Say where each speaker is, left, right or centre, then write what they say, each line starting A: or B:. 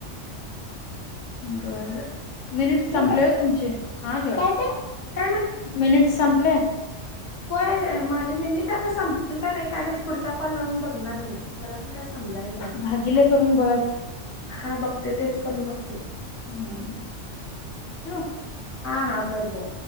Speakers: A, on the left; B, on the left.
A: बर बर मिनिट्स
B: ठेवू
A: संपले
B: काय
A: व्हय तुमचे हा ठेवा
B: काय ते काय
A: मिनिट्स संपले
B: व्हय माझे मिनिट आता संपतील का नाही काय माहित पुढचा कॉल लावून बघणार मी मला पण काय समजाय नाही अजून
A: भागिले करून बघा की
B: हा बघते तेच करून बघते
A: हम्म ठेऊ
B: हा हा बर बर